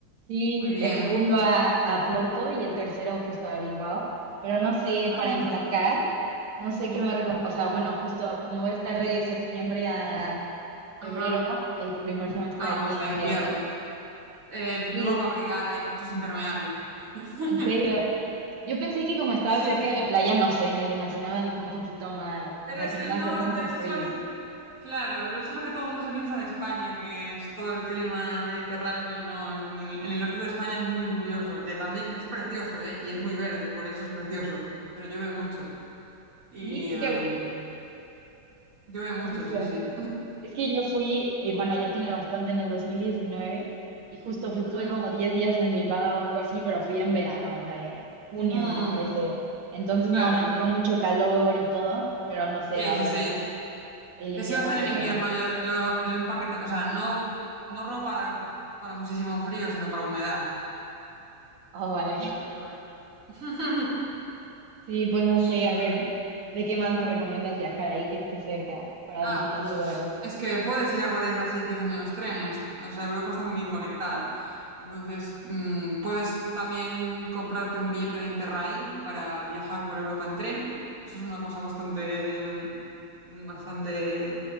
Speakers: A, on the right (about 75°); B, on the right (about 40°).
A: Sí,
B: Muy bien.
A: el segundo a, a Porto y el tercero justo a Bilbao. Pero no sé
B: Ah,
A: para
B: qué interesante.
A: empacar, no sé qué me recomiendo. O sea, bueno, justo como voy a estar de septiembre a febrero,
B: Ajá.
A: el primer semestre
B: Ah,
A: ahí
B: pues
A: en
B: de invierno.
A: Biarritz.
B: Eh,
A: Sí,
B: ropa abrigada y muchos impermeables. <laughs>
A: en serio. Yo pensé que como estaba
B: Sí,
A: cerca de la playa, no sé, me lo imaginaba de que un poquito más,
B: pero
A: o sea,
B: es
A: que
B: el
A: no iba a
B: norte,
A: hacer tanto
B: eso
A: frío.
B: es lo que, claro, pero eso es lo que todo el mundo se piensa de España, que es todo el clima mediterráneo y no, en el, en el norte de España es muy lluvioso, que también es precioso, ¿eh? Y es muy verde, por eso es precioso, pero llueve mucho. Y,
A: Sí, es
B: eh,
A: que,
B: Llueve mucho,
A: pues eso.
B: sí, sí.
A: Es que yo fui, eh, bueno, ya tiene bastante, en el 2019, y justo fue- estuve
B: Ujú.
A: como 10 días en Bilbao o algo así, pero fui en verano, o sea, en junio,
B: Mm,
A: me parece. Entonces,
B: claro,
A: no, me tocó mucho calor y todo, pero no sé
B: sí,
A: ahora,
B: sí, sí.
A: el invierno
B: Si va a ser
A: qué
B: en
A: tal.
B: invierno, yo, yo, yo empaqueta, o sea, no, no ropa para muchísimo frío, sino para humedad.
A: Oh, vale.
B: Seguro.
A: <laughs>
B: <laughs>
A: Sí, pues no
B: Y,
A: sé, a
B: mm,
A: ver, ¿de qué más me recomiendas viajar ahí que esté cerca para
B: ah,
A: visitar
B: pues
A: lugares?
B: es que puedes ir a 40 sitios en los trenes. O sea, Europa está muy bien conectada. Entonces, mm, puedes también comprarte un billete de Interrail para viajar por Europa en tren. Eso es una cosa bastante, mm, mm, bastante,